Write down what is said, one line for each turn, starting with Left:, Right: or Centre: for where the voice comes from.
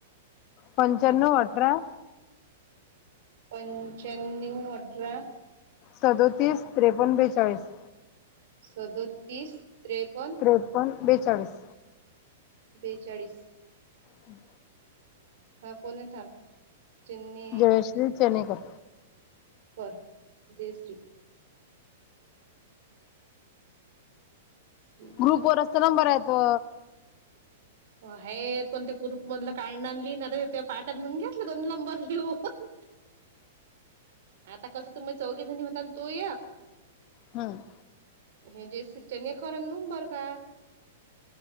Left: पंचाण्णव
Right: थांब
Left: अठरा
Right: पंच्याण्णव अठरा
Left: सदतीस त्रेपन् बेचाळीस
Right: सदतीस त्रेपन्न
Left: त्रेपन्न बेचाळीस
Right: बेचाळीस
Left: हम्
Right: हा कोण चेन्नईकर
Left: जयश्री चनेकर
Right: बरं जयश्री श्री
Left: ग्रुप वर असत नंबर य तो
Right: आहे कोणते ग्रुप मधलं काढणार लि आता त्या पाठात म्हणून घेतलं दोन नंबर लिहून आता कसं तुम्ही चौघीजनी होता ना तो या
Left: हम
Right: हे जे श्रीच्यानेकरण नु बरकार